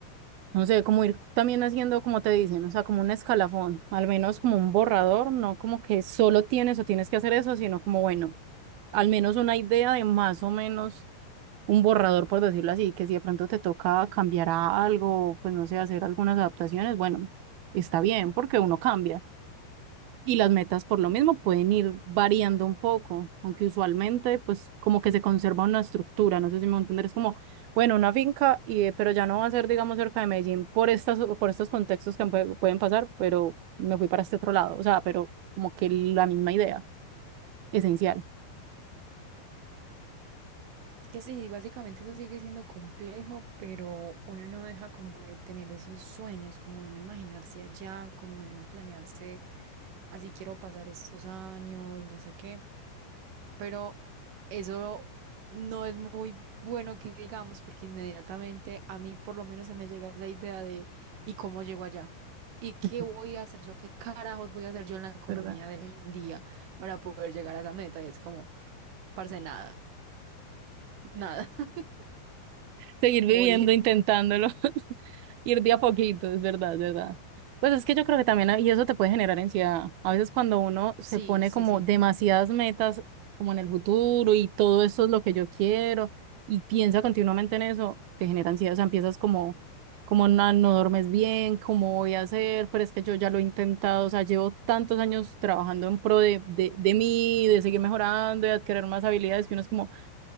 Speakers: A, on the right; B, on the right.
A: No sé, como ir también haciendo, como te dicen, o sea, como un escalafón, al menos como un borrador, no como que solo tienes o tienes que hacer eso, sino como, bueno, al menos una idea de más o menos un borrador, por decirlo así, que si de pronto te toca cambiar a algo, pues no sé, hacer algunas adaptaciones, bueno, está bien, porque uno cambia. Y las metas por lo mismo pueden ir variando un poco, aunque usualmente pues como que se conserva una estructura, no sé si me entender, es como, bueno, una finca, y, eh, pero ya no va a ser, digamos, cerca de Medellín por estas, por estos contextos que pue- pueden pasar, pero me fui para este otro lado, o sea, pero como que la misma idea, esencial,
B: Que sí, básicamente eso sigue siendo complejo, pero uno no deja como de tener esos sueños, como de uno imaginarse allá, como de uno planearse, así quiero pasar estos años, no sé qué. pero eso no es muy bueno que digamos, porque inmediatamente a mí por lo menos se me llega esa idea de ¿y cómo llego allá? ¿Y qué
A: <laughs>
B: voy a hacer yo? ¿Qué carajos voy a hacer yo en la economía
A: ¿verdad?
B: de hoy en día para poder llegar a esa meta? Y es como, parce, nada, nada, <laughs>
A: seguir viviendo,
B: morir.
A: intentándolo, <laughs> ir de a poquito, es verdad, es verdad. Pues es que yo creo que también, y eso te puede generar ansiedad. A veces cuando uno se
B: Sí,
A: pone
B: sí,
A: como
B: sí.
A: demasiadas metas, como en el futuro, y todo esto es lo que yo quiero, y piensa continuamente en eso, te genera ansiedad, o sea, empiezas como, como no, no duermes bien, cómo voy a hacer, pero es que yo ya lo he intentado, o sea, llevo tantos años trabajando en pro de, de, de mí, de seguir mejorando, de adquirir más habilidades, que uno es como